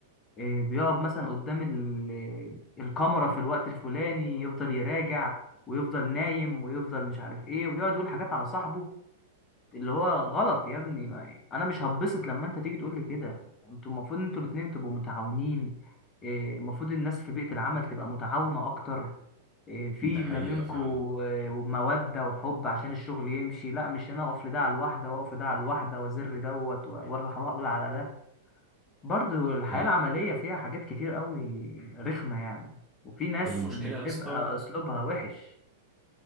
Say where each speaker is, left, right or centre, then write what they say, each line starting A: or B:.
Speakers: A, on the left; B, in the centre.
A: إيه، بيقعد مثلا قدام ال- الكاميرا في الوقت الفلاني يفضل يراجع ويفضل نايم ويفضل مش عارف ايه ويقعد يقول حاجات على صاحبه اللي هو غلط يا ابني ما انا مش هتبسط لما انت تيجي تقول لي كده انتوا المفروض انتوا الاتنين تبقوا متعاونين إيه، المفروض الناس في بيئة العمل تبقى متعاونة اكتر إيه، في
B: ده حقيقة
A: ما بينكوا
B: فعلا
A: إيه، مودة وحب عشان الشغل يمشي لا مش انا اقف لده على الواحدة واقف لده على الواحدة وازر دوت و- واروح اقول على ده برضو الحياة
B: ال-
A: العملية فيها حاجات كتير قوي رخمة يعني وفي ناس
B: المشكلة
A: بتبقى
B: يا اسطى
A: اسلوبها وحش